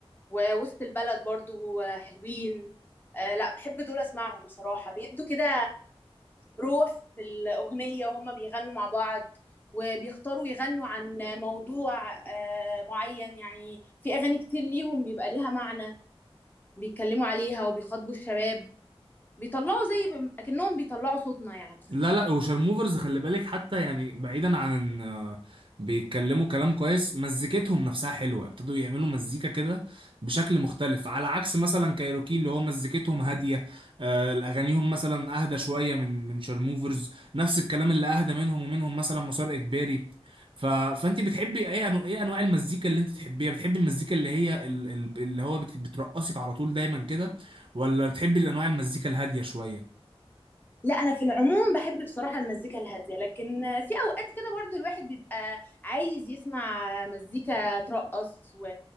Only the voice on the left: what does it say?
ووسط البلد برضو حلوين آه لا بحب دول أسمعهم بصراحة بيبدوا كده روح في الأغنية وهم بيغنوا مع بعض وبيختاروا يغنوا عن موضوع آه معين يعني في أغاني كتير ليهم بيبقى ليها معنى بيتكلموا عليها وبيخاطبوا الشباب بيطلعوا زي ب- أكنهم بيطلعوا صوتنا يعني
لا انا في العموم بحب بصراحه المزيكا الهاديه لكن في اوقات كده برضو الواحد بيبقى عايز يسمع مزيكا ترقص و...